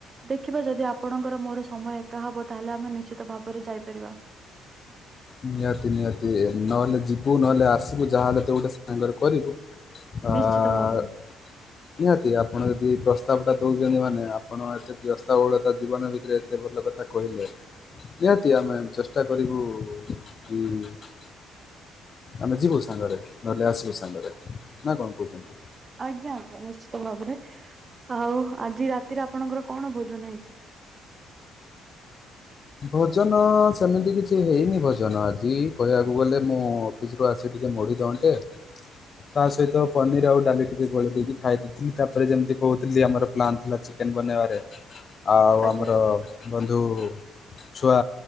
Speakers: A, on the right (about 35°); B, on the left (about 40°).
A: ଦେଖିବା ଯଦି ଆ ଆପଣଙ୍କର ମୋର ସମୟ ଏକା ହବ ତାହେଲେ ଆମେ ନିଶ୍ଚିତ ଭାବରେ ଯାଇପାରିବା।
B: ନିହାତି ନିହାତି ନହେଲେ ଯିବୁ ନହେଲେ ଆସିବୁ ଯାହାହେଲେ ତ ଗୋଟେ ସାଙ୍ଗରେ କରିବୁ। ଆ
A: ନିଶ୍ଚିତ ଭାବରେ
B: ନିହାତି ଆପଣ ଯଦି ପ୍ରସ୍ତାବ ଟା ଦଉଚନ୍ତି ମାନେ ଆପଣ ଏତେ ବ୍ୟସ୍ତ ବହୁଳତା ଜୀବନ ଭି ତିରେ ଏତେ ଭଲ କଥା କହିଲେ ନିହାତି ଆମେ ଚେଷ୍ଟା କରିବୁ <unintelligible> ଆମେ ଯିବୁ ସାଙ୍ଗରେ ନହେଲେ ଆସିବୁ ସାଙ୍ଗରେ ନା କଣ କଉଚନ୍ତି?
A: ଆଜ୍ଞା ଆଜ୍ଞା ନିଶ୍ଚିତ ଭାବରେ ଆଉ ଆଜି ରାତିରେ ଆପଣଙ୍କର କଣ ଭୋଜନ ହେଇଛି?
B: ଭୋଜନ ସେମିତି କିଛି ହେଇନି ଭୋଜନ ଆଜି କହିବାକୁ ଗଲେ ମୁଁ ଅଫିସ ରୁ ଆସେ ଟିକି ମୋଡ଼ି ଦିଅନ୍ତେ। ତା ସହିତ ପନିର ଆଉ ଡାଲି ଟିକେ ଗୋଳେଇ ଦେଇକି ଖାଇ ଦେଇଥିଲି ତାପରେ ଯେମିତି କଉଥିଲି ଆମର ପ୍ଲାନ୍ ଥିଲା ଚି କେନ ବାନେଇବାରେ
A: <inaudible>
B: ଆଉ
A: ଆଜ୍ଞା
B: ଆମର ବନ୍ଧୁ ଛୁଆ